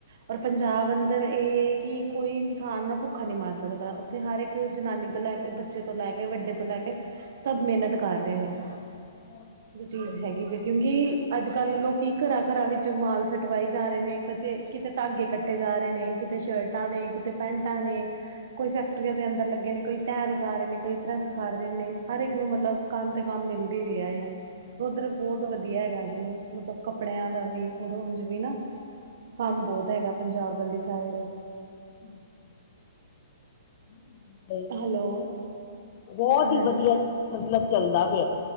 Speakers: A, on the right; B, on the left.
A: ਪਰਰ ਪੰਜਾਬ ਅੰਦਰ ਇਹ ਕਿ ਕੋਈ ਇ ਖਾਨ ਨੂੰ ਭੁੱਖਾ ਨਹੀਂ ਮਰ ਸਕਦਾ ਉਥੇ ਹਰ ਇਕ ਜਨਾਨੀ ਤੋਂ ਲੈ ਕੇ ਬੱਚੇ ਤੋਂ ਲੈ ਕੇ ਵੱਡੇ ਤੋਂ ਲੈ ਕੇ ਸਭ ਮਿਹਨਤ ਕਰ ਰਹੇ ਨੇ
B: ਹਾਂ <inaudible>
A: ਚੀਜ਼ ਹੈਗੀ ਜੇ ਕਿਉਕਿ ਅਜ ਕਲ ਲੋਕੀ ਘਰਾਂ- ਘਰਾਂ ਵਿਚ ਮਾਲ ਸਛਟਵਾਏ ਜਾ ਰਹੇ ਨੇ ਕਦੇ ਕਿਤੇ ਧਾਗੇ ਕਟੇ ਜਾ ਰਹੇ ਨੇ ਕਿਤੇ ਸ਼ਰਟਾਂ ਨੇ ਕਿਤੇ ਪੈਂਟਾਂ ਨੇ ਕੋਈ ਫੈਕਟਰੀਆਂ ਦੇ ਅੰਦਰ ਲੱਗੇ ਨੇ ਕਈ ਤੈ ਲਗਾ ਰਹੇ ਨੇ ਕਈ ਪ੍ਰੈੱਸ ਕਰ ਰਹੇ ਨੇ ਹਰ ਇਕ ਨੂੰ ਮਤਲਬ ਕਮ ਤੇ ਕੰਮ ਮਿਲ ਵੀ ਰਿਯਾ ਆ। ਓਧਰ ਬੋਤ ਵ ਦੀਆ ਹੈਗਾ ਜੇ, ਮਤਲਬ ਕੱਪੜੇਆਂ ਦਾ ਵੀ, ਉਂਝ ਵੀ ਨਾ ਕੰਮ ਬੋਤ ਹੈਗਾ ਪੰਜਾਬ ਵਾਲੀ ਸਾਈਡ।
B: <unintelligible>
A: ਹੈਲੋ
B: ਬਹੁਤ
A: ਹਾਂ
B: ਈ ਵਧੀਆ ਮਤਲਬ ਚੱਲਦਾ ਪੇਆ।